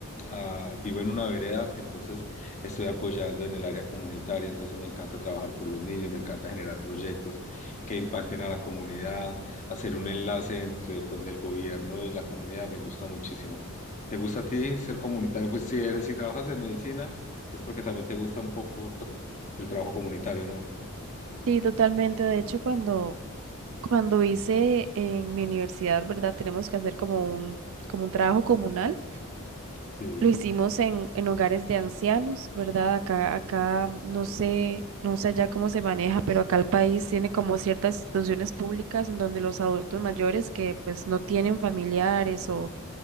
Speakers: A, on the left (about 35°); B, on the right (about 60°).
A: a- vivo en una vereda, entonces estoy apoyando en el área comunitaria, entonces me encanta trabajar por los niños, me encanta generar proyectos que impacten a la comunidad, hacer un enlace entre pues del gobierno y la comunidad, me gusta muchísimo. ¿Te gusta a ti ser comunitario? Pues si eres, si trabajas en medicina, es porque también te gusta un poco tra- el trabajo comunitario, ¿no?
B: Sí, totalmente. De hecho, cuando, cuando hice en mi universidad, ¿verdad? Tenemos que hacer como un, como un trabajo comunal.
A: Sí.
B: Lo hicimos en, en hogares de ancianos, ¿verdad? Acá, acá mm, no sé, no sé allá cómo se maneja, pero acá el país tiene como ciertas instituciones públicas en donde los adultos mayores que pues no tienen familiares o,